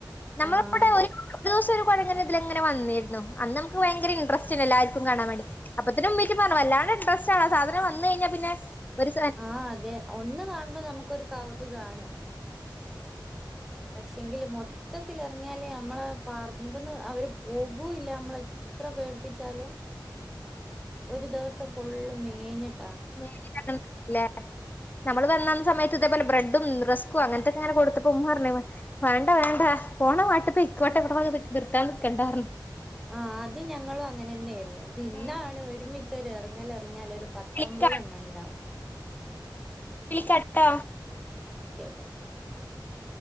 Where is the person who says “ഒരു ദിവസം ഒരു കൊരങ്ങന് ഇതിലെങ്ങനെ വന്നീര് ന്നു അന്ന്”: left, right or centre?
Left